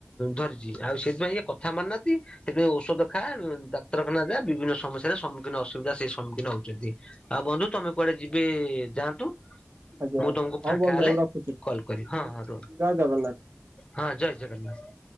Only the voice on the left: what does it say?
ଧରିଛି। ଆଉ ସେଥିପାଇଁ କଥା ମାନୁ ନାହାଁନ୍ତି ସେଥିପାଇଁ ଔଷଧ ଖାଆ, ଡାକ୍ତରଖାନା ଯା ବିଭିନ୍ନ ସମସ୍ୟାରେ ସମ୍ମୁଖୀନ ଅସୁବିଧା ସେଇ ସମ୍ମୁଖୀନ ହଉଛନ୍ତି। ଆଉ ବନ୍ଧୁ ତମେ କୁଆଡ଼େ ଯିବେ ଯାଆନ୍ତୁ।
ମୁଁ ତମକୁ ଫାଙ୍କା
ହେଲେ
କଲ୍ କରିବି ହଁ
ହଁ ରୁହ
ହଁ ଜୟ ଜଗନ୍ନାଥ।